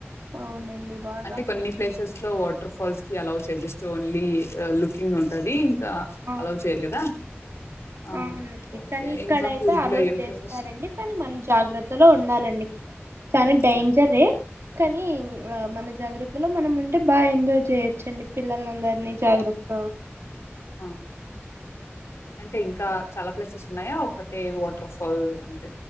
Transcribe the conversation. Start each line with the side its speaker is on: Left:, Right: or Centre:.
Right: అవునండి బాగా
Left: అంటే కొన్ని ప్లేసెస్ లో వాటర్ ఫాల్స్ కి అలౌ చెయ్యిస్టూ ఓన్లీ లుకింగ్ ఉంటాది ఇంకా
Right: అవునండి
Left: అలౌ చెయ్యరు కదా ఆ
Right: అవునండి
Left: ఓకే
Right: కానీ ఇక్కడయితే
Left: ఇంకా కూర్గు
Right: అలో
Left: లో ఏమి
Right: చేస్తారండి
Left: ఫేమస్
Right: కానీ మనం జాగ్రత్తలో ఉండాలండి చానా డేంజరే
Left: ఓకే.
Right: కానీ ఆ మన జాగ్ర త్తలో మనం ఉంటే బాగా ఎంజాయ్ చేయొచ్చండి పిల్లల్నందరినీ జాగ్రత్త
Left: అవును అంటే ఇంకా చాలా ప్లేసెస్ ఉన్నాయా ఒకటే వాటర్ ఫల్ అంతే